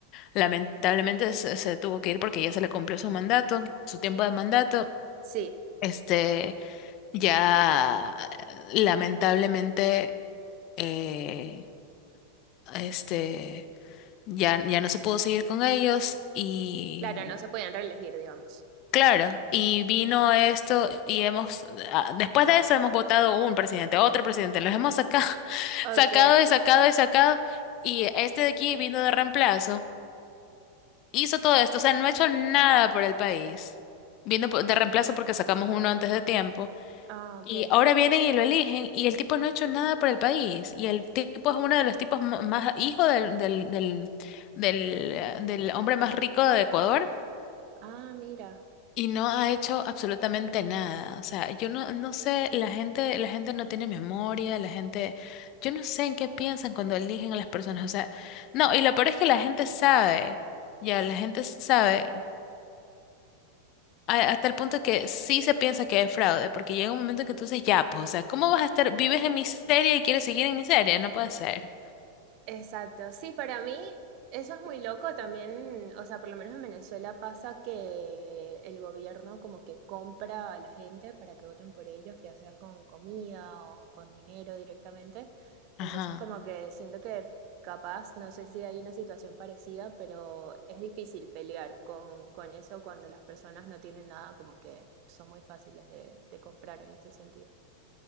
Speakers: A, on the left; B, on the right.
A: lamentablemente se, se tuvo que ir porque ya se le cumplió su mandato, su tiempo de mandato.
B: sí,
A: Este, ya lamentablemente, eh, este, ya, ya no se pudo seguir con ellos y
B: claro, no se podían reelegir, digamos.
A: Claro, y vino esto y hemos, ah, después de eso hemos votado un presidente, otro presidente, los hemos sacado, <laughs>
B: Ok.
A: sacado y sacado y sacado, y este de aquí vino de reemplazo, hizo todo esto, o sea, no ha hecho nada por el país, vino po- de reemplazo porque sacamos uno antes de tiempo,
B: Ah, ok.
A: y ahora vienen y lo eligen, y el tipo no ha hecho nada por el país, y el tipo es uno de los tipos ma- más, hijo del, del, del, del, eh, del hombre más rico de Ecuador.
B: Ah, mira.
A: Y no ha hecho absolutamente nada. O sea, yo no, no sé, la gente, la gente no tiene memoria, la gente, yo no sé en qué piensan cuando eligen a las personas. O sea, no, y lo peor es que la gente sabe, ya, la gente sabe, a- hasta el punto que sí se piensa que es fraude, porque llega un momento en que tú dices, ya, pues, o sea, ¿cómo vas a estar, vives en miseria y quieres seguir en miseria? No puede ser.
B: Exacto, sí, para mí eso es muy loco también, o sea, por lo menos en Venezuela pasa que el gobierno como que compra a la gente para que voten por ellos, ya sea con comida o con dinero directamente. Entonces
A: Ajá,
B: como que siento que capaz, no sé si hay una situación parecida, pero es difícil pelear con, con eso cuando las personas no tienen nada, como que son muy fáciles de, de comprar en ese sentido.